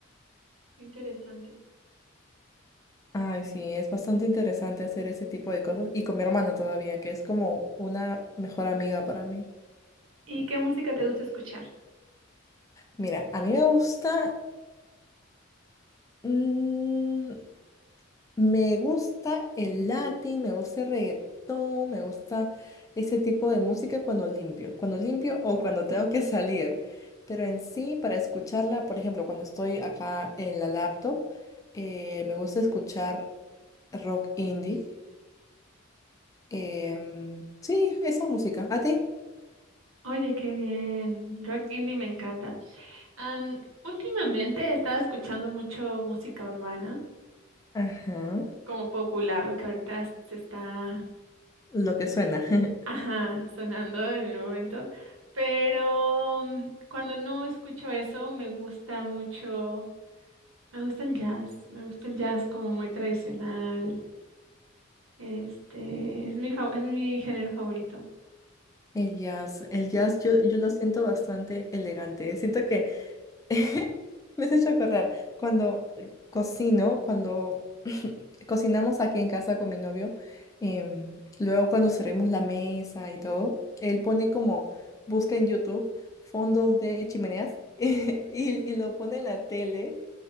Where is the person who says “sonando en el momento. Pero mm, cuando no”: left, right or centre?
Right